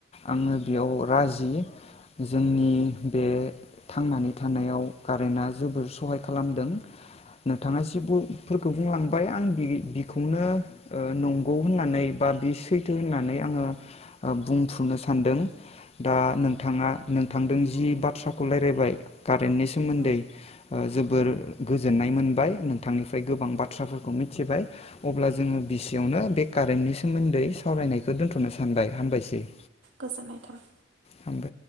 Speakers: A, on the left (about 35°); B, on the right (about 75°).
A: आङो बेयाव राजि जोंनि बे थांनानै थानायाव कारेन्टआ जोबोर सहाय खालामदों नोंथाङा जिफोरखौ बुंलांबाय आं बेखौनो नंगौ होननानै बा बे सैथो होननानै आङो बुंफुनो सानदों दा नोंथाङा नोंथांदों जि बाथ्राखौ राय्लायबाय रेण्डनि सोमोन्दै
B: औ
A: ओ जोबोर गोजोननाय मोनबाय नोंथांनिफ्राय गोबां बाथ्राफोरखौ मिथिबाय अब्ला जोङो बिस एसेयावनो बे कारेन्टनि सोमोन्दै सावरायनायखौ दोन्थ'नो सानबाय हामबायसै।
B: गोजोननाय थाबाय।
A: हामबाय